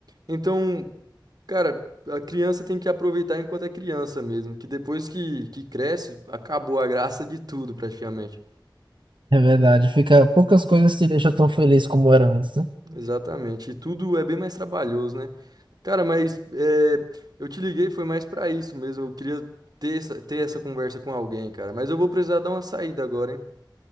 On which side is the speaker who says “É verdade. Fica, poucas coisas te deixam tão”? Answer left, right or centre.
Right